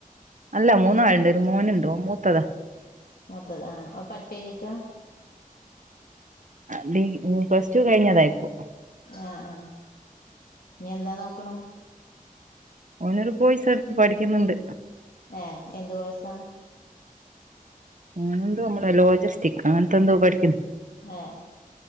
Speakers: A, on the right; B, on the left.
A: അല്ല മൂന്നാൾണ്ട് ഒരു മോനുണ്ട് ഓൻ മൂത്തതാ
B: മൂത്തത് ആ പഠിപ്പ് കഴിഞ്ഞ് നിക്കാ
A: അല്ലെ പ്ലസ് ടു കഴിഞ്ഞതായിപ്പോ
B: ആഹ് ആഹ ഇഞ് എന്താ നോക്ക്ണു
A: ഓനോരു കോയ്സ് എടുത്ത് പഠിക്കുന്നുണ്ട്
B: ഏ എന്ത് കോഴ്‌സാ
A: ഓനെന്തോ നമ്മളെ ലോജിസ്റ്റികോ അങ്ങനത്തെന്തോ പഠിക്ക്ന്നു
B: ഏഹ്